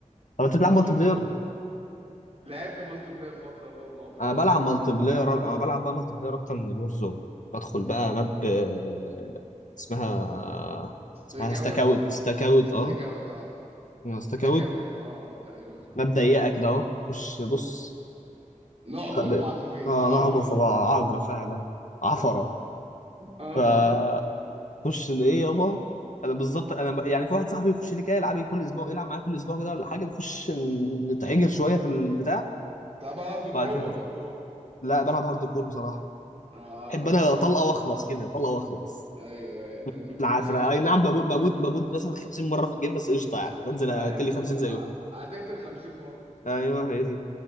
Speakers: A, on the left; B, on the right.
A: طب انت بتلعب
B: فعشان
A: مالتي بلاير
B: كده لعبت مالتي بلاير فتره برضه اه، في الاول
A: انا بلعب
B: كده
A: مالتي
B: اول ما
A: بلاير
B: لعبت
A: انا بلعب بقى مالتي بلاير اكتر من الور زون بدخل بقى ماب آه، اسمها
B: ستريك
A: اسمها
B: اوت
A: ستاك اوت ستاك اوت
B: ستريك
A: اه
B: اوت اه
A: ستاك
B: ستاك
A: اوت
B: اوت اه اه اه، تقريبا اسمها
A: ماب
B: كده
A: ضيقه
B: اه
A: كده اهو خش بص
B: نعغر
A: خ- ب-
B: بعض فيها
A: اه
B: عج
A: نعجر
B: <laughs>
A: في بعض عجر فعلا عفره
B: اه
A: فخش ايه يابا انا بالظبط انا ب... يعني في واحد صاحبي يخش لي كده يلعب كل اسبوع يلعب معايا كل اسبوع كده ولا حاجه نخش نتعجر شويه في البتاع
B: تلعبها هارد
A: بعد
B: كور
A: كده
B: ولا
A: نف-
B: كور؟
A: لا بلعب هارد كور بصراحه
B: اه الهارد
A: احب انا
B: كور
A: طلقه
B: حلو
A: واخلص كده طلقه واخلص
B: ايوه ايوه لان الكور
A: العافية
B: صعب
A: اي
B: برضه
A: نعم بموت بموت بموت مثلا 50 مرة في الجيم بس قشطة يعني
B: آه
A: بنزل
B: عادي
A: اتلي 50 زيهم
B: ع- هتقتل 50 برضه
A: ايوه هي دي